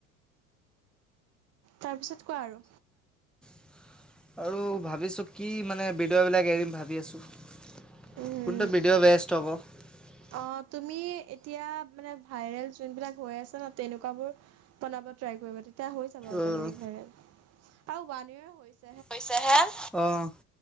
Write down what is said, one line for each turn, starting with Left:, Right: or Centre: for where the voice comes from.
Right: তাৰপিছত কোৱা আৰু
Centre: <unintelligible>
Right: উম, অঁ তুমি এতিয়া মানে ভাইৰেল যোনবিলাক হৈ আছে ন তেনেকুবোৰ বনাব ট্ৰাই কৰিবা, তেতিয়া হৈ যাবা অট'মেটিক
Centre: অঁ
Right: ভাইৰেল আৰু ৱান ইয়েৰ হৈছে
Centre: হৈছেহে উম।